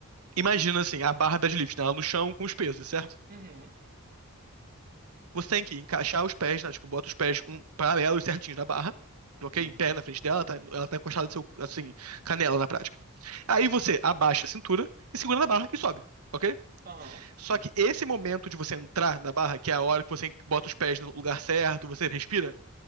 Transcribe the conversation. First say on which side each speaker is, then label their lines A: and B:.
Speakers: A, on the right; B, on the right.
A: imagina assim, a barra deadlift, né? Ela no chão com os pesos, certo?
B: Uhum,
A: Você tem que encaixar os pés, né? Tipo, bota os pés um, paralelos certinhos na barra, ok?
B: sim.
A: Em pé na frente dela, tá- ela tá encostada no seu, assim, canela na prática. Aí você abaixa a cintura e segura na barra e sobe, ok?
B: Aham,
A: Só
B: sim.
A: que esse momento de você entrar na barra, que é a hora que você bota os pés no lugar certo, você respira,